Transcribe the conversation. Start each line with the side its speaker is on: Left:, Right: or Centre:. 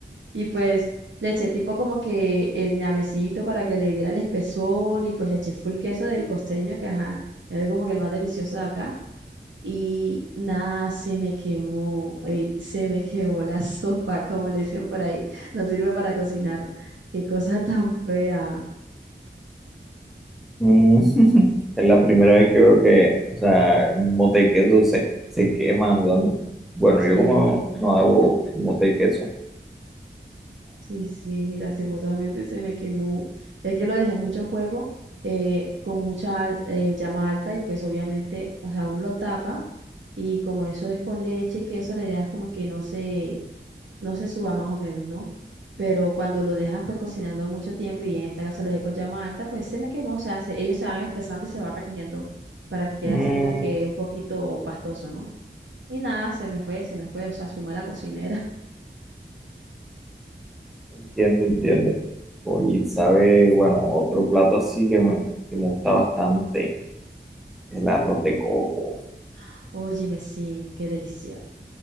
Right: Y pues le eché tipo como que el ñamecito para que le diera el espesor. Y pues le eché full queso del costeño, que ajá, es como que el más delicioso de acá. Y nada, se me quemó. Ey, se me quemó la <laughs> sopa, como le dicen por ahí. No sirve para cocinar. Qué cosa tan fea.
Centre: Mm, <laughs> Es la primera vez que veo que, o sea, un mote de queso se, se quema. o sea, Bueno,
Right: Sí.
Centre: yo como no, no hago mote de queso,
Right: Sí, sí, lastimosamente se me quemó. Es que lo dejé en mucho fuego, eh, con mucha al- eh, llama alta y pues obviamente, o sea, uno lo tapa y como eso es con leche y queso, la idea es como que no se, no se suba más o menos, ¿no? Pero cuando lo dejas pues cocinando mucho tiempo y en este caso lo dejé con llama alta, pues se me quemó, o sea, se- ellos se van espesando y se va recogiendo para que quede
Centre: bye.
Right: así como que un poquito pastoso, ¿no? Y nada, se me fue, se me fue, o sea, soy mala cocinera.
Centre: Entiendo, entiendo. Oye, sabe, bueno, otro plato así que me, que me gusta bastante, el arroz de coco.
Right: <laughs> Óyeme, sí, qué delicia.